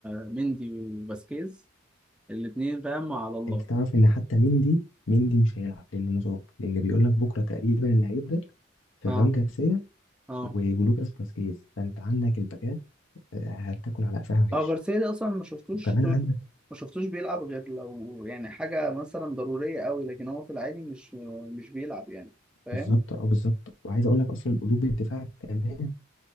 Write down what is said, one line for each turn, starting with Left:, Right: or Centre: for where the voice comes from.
Centre: آه، مندي وباسكيز الاتنين فاهم على الله
Left: أنت تعرف إن حتى مندي مندي مش هيلعب لأنه مصاب لأن بيقول لك بكرة تقريبا اللي هيبدأ فران
Centre: اه
Left: جارسيا
Centre: اه
Left: و- ولوكاس فاسكيز فأنت عندك الباكات آه، هتاكل على قفاها عيش
Centre: اه جارسيا ده اصلا ما شفتوش
Left: وكمان
Centre: طول ما شفتوش بيلعب غير لو يعني حاجة مثلا ضرورية قوي لكن هو في العادي مش مش بيلعب يعني فاهم
Left: بالظبط اه بالظبط وعايز اقول لك اصلا قلوب الدفاع كمان